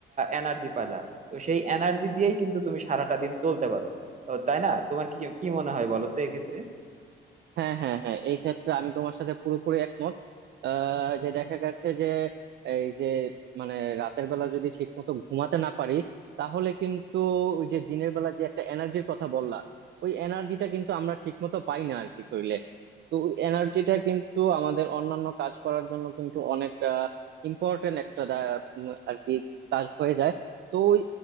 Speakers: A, on the right (about 35°); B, on the right (about 60°).
A: এনার্জি পাইলা তো সেই এনার্জি দিয়েই কিন্তু তুমি সারাটা দিন চলতে পারো ও, তাই না তোমার কি কি মনে হয় বলো তো এক্ষেত্রে
B: হ্যাঁ হ্যাঁ হ্যাঁ এই ক্ষেত্রে আমি তোমার সাথে পুরোপুরি একমত আহ, যে দেখা গেছে যে এই যে মানে রাতের বেলা যদি ঠিক মতো ঘুমাতে না পারি তাহলে কিন্তু ওই যে দিনের বেলা যে একটা এনার্জির কথা বললা ওই এনার্জিটা কিন্তু আমরা ঠিক মতো পাই না আর কি শরীরে তো ওই এনার্জিটা কিন্তু আমাদের অন্যান্য কাজ করার জন্য কিন্তু অনেক ইম্পর্টেন্ট একটা দা- উম, আর কি কাজ হয়ে যায় তো ওই